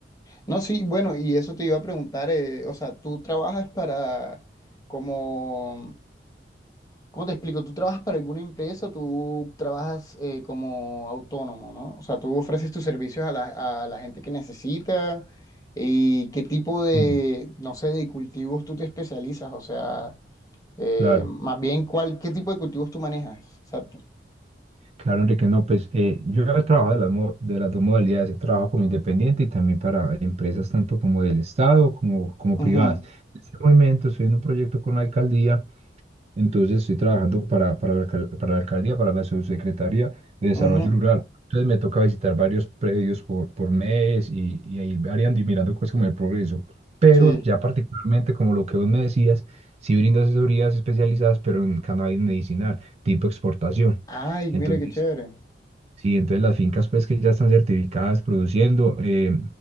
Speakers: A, on the left; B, on the right.
A: No, sí, bueno, y eso te iba a preguntar, eh, o sea, tú trabajas para, como, ¿cómo te explico? ¿Tú trabajas para alguna empresa o tú trabajas eh, como autónomo, ¿no? O sea, tú ofreces tus servicios a la, a la gente que necesita y qué tipo de,
B: Sí,
A: no sé, de cultivos tú te especializas, o sea, eh,
B: claro.
A: más bien, ¿cuál, qué tipo de cultivos tú manejas? Exacto.
B: Claro, Enrique, no, pues eh, yo he trabajado de las, mo- de las dos modalidades, he trabajado como independiente y también para empresas tanto como del Estado como, como privadas.
A: Ujú,
B: En este momento estoy en un proyecto con la alcaldía, entonces estoy trabajando para, para la, alcal- para la alcaldía, para la subsecretaría de Desarrollo
A: ujú,
B: Rural. Entonces me toca visitar varios predios por, por mes y, y ahí variando y mirando cosas como el progreso. Pero
A: Sí.
B: ya particularmente como lo que vos me decías, sí brindo asesorías especializadas, pero en cannabis medicinal, tipo exportación.
A: Ay,
B: Entonces,
A: mira qué chévere.
B: Sí, entonces las fincas pues que ya están certificadas produciendo, eh,